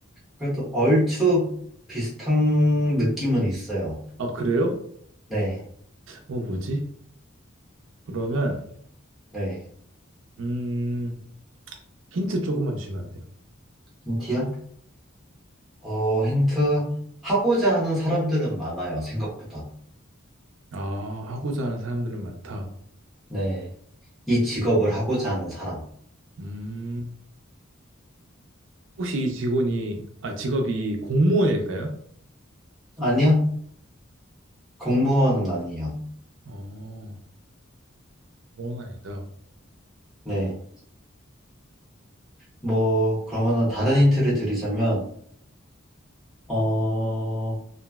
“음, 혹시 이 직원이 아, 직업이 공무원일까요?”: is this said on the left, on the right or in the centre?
Right